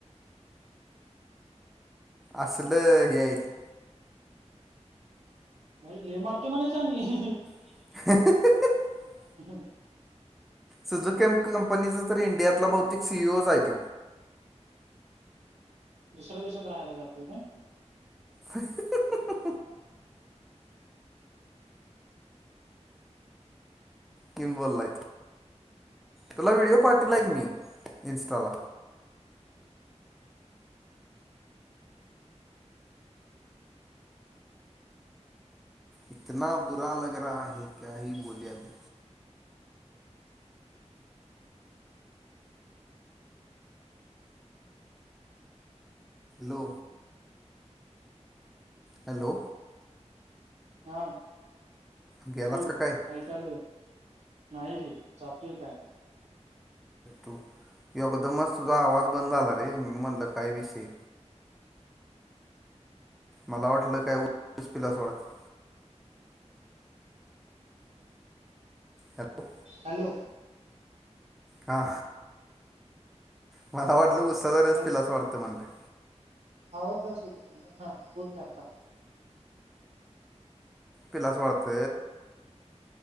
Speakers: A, in the centre; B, on the right.
A: असल हेयती
B: भाई ले मारतोय म्हणेच आम्ही
A: <inaudible>
B: ह
A: सुझुकेम्प कंपनीच तरी इंडियातला बहुतेक सीईओ जायत
B: दुसऱ्या देशात राहायला जातोय का
A: ह किन बोललाय तुला व्हिडिओ पाारीला आहे मी इं्स्टाला इतना बुरा लग रहा है कही बोल अभ लो हॅलो
B: हा
A: गेलास
B: बोल
A: का काय अरे
B: ऐकालय नाही रे जातत काय
A: तू योगदमच तुझा आवाज बंद झाला रे म्हणलं काय विषय मला वाटलं कायसपिलास वाडत हॅलो
B: हैलो
A: हा मला वाटलं पुस्त स र
B: हॅलो
A: अस फिला अस वाटत म्हणले
B: आवाज जरच येत हा बोलत आता
A: पिलास वाढत